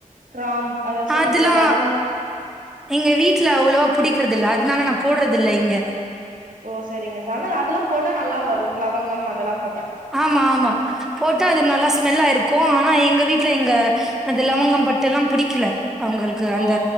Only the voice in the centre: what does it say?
அதெல்லா
எங்க வீட்ல அவ்ளோவா புடிக்கரதில்ல இதனால நா போடறது இல்ல இங்க
ஆமா ஆமா போட்டா அது நல்லா ஸ்மெல்ல இருக்கு ஆ நா எங்க வீட்ல எங்க அந்த லவங்கம் பட்டல்லா புடிக்கல அவுங்களுக்கு அந்த